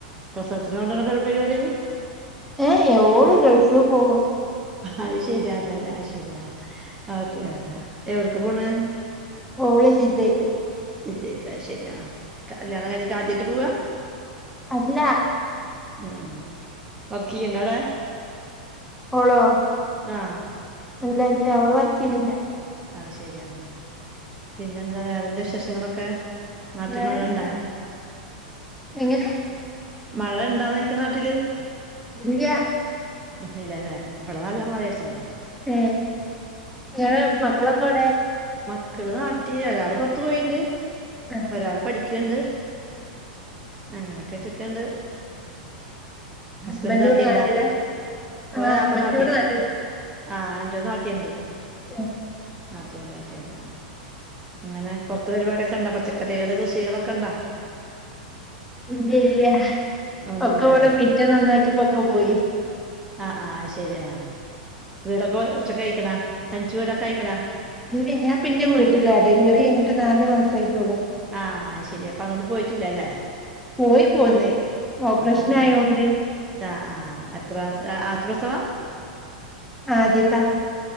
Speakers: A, on the right; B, in the centre.
A: പ്രസവത്തിന് കൊണ്ടാണ പരിവാടിയെന്ന്?
B: എയ് എ ഓള് ഗൾഫി പോവ.
A: അയ്ശെരി അതെ അതെ ശെരിയാ ഓക്കേ എവിടക്ക് പോണ്.
B: ഓള് ജിദ്ദേക്ക്‌.
A: ജിദ്ദേക്ക് ആഹ് ശരിയാ കല്യാണം കഴിഞ്ഞിട്ട് ആദ്യയിട്ട് പോവാ?
B: അല്ല.
A: മ്മ് വർക്കെയിണ്ടവടെ?
B: ഓളോ?
A: ആഹ്.
B: അല്ല ഇല്ല ഓള് വർക്ക് ചെയ്യുന്നില്ല.
A: അതുശരിയാ, ആഹ ആഹ പിന്നെയെന്താ വേറെന്താ വിശേഷങ്ങളൊക്കെ നാട്ടിൽ
B: വേറെന്താ
A: മഴണ്ട.
B: എങ്ങനെ
A: മഴയുണ്ടോ നോയിക നാട്ടില്.
B: ഇല്യാ
A: ഇല്ലിലല്ലേ. ഇവിടെനല്ല മഴയെടന്ന.
B: ഏ നിങ്ങളൊ മക്കളൊക്കെയെവിടെ
A: മക്കള്നാട്ടില് ഒരാളു പുറത്തുപോയിട്ടുണ്ട്.
B: ആഹ്
A: ഒരാളുപഠിക്കയുണ്ട്. അങ്ങനെയൊക്കെയൊറ്റക്കണ്ട്. ഹസ്ബൻഡുനാട്ടിലുണ്ടോ,
B: ഹസ്ബന്റ് ഇവ്ടെ നാട്ടിലാ ആ
A: ഓനപ്പനാട്ടിലുണ്ട്
B: ഹസ്ബൻഡ് ഇവിടെ നാട്ടില്
A: ആഹ് ആന്റോനാട്ടിലുണ്ട്
B: ഏ
A: ആട്ടയുണ്ടോആട്ട യുണ്ടോ, അങ്ങനെ പുറത്തുപരിപാടിയൊക്കെയുണ്ടോ, പച്ചക്കറികൾ കൃഷികളൊക്കെയുണ്ടോ.
B: ഇല്ലയില്ലാ
A: ഒന്നുല്ലല്ലേ
B: അതൊക്കെ യിവിടെ മിറ്റം നന്നാക്കിയപ്പോളൊക്കെ പോയി.
A: ആഹ്. ആഹ്. അതു ശരിയാ, വീടൊക്കെ ഒറ്റക്കാനയിക്കുന്നേ, തനി ച്ചുവീടൊക്കെ നയിക്കണേ
B: ഇല്ല ഞാൻപിന്നെവീട്ടിലാ ഡെലിവറി കഴിഞ്ഞിട്ടു നാലുമാസമേയായിട്ടുള്ളൂ.
A: ആഹ് അതുശരിയപ്പമങ്ങോട്ടു പോയിട്ടില്ലയല്ലേ..
B: പോയിപോന്ന് ഓപ്പറേഷനായതു
A: അധികം
B: കൊണ്ട്.
A: ആഹ്. ആഹ്എത്ര ആദ്യത്തെപ്രസവ
B: ആദ്യത്താ
A: ആഹ്.